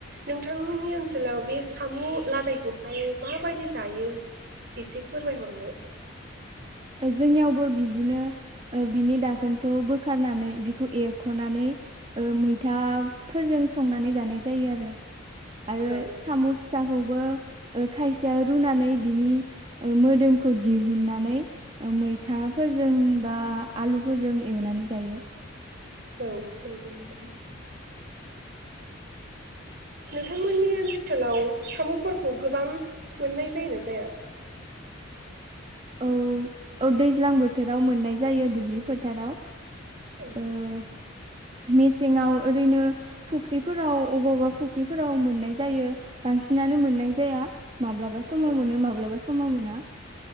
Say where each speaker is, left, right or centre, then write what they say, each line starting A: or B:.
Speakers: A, on the right; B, on the right.
A: नोंथांमोननि ओनसोलाव बे साम' लादायखौहाय माबायदि जायो? एसे फोरमायहरनाय
B: जोंनियावबो बिदिनो ओ बिनि दाखोनखौ बोखारनानै बिखौ एरख'नानै ओ मैथाफोरजों संनानै जानाय जायो आरो। आरो
A: औ
B: साम' फिथाखौबो ओ खायसेया रुनानै बिनि ओ मोदोमखौ दिहुननानै ओ मैथाफोरजों बा आलुफोरजों एवनानै जायो।
A: औ नोंगौ नोंथां। नोंथांमोननि ओनसो सोलाव साम'फोरखौ गोबां मोननाय जायो ना जाया
B: औ औ दैज्लां बोथोराव मोननाय जायो दुब्लि फोथाराव
A: ओम
B: ओ मेसेङाव ओरैनो फुख्रिफोराव अबावबा फुख्रिफोराव मोननाय जायो बांसिनानो मोननाय जाया माब्लाबा समाव
A: औ
B: मोनो माब्लाबा समाव मोना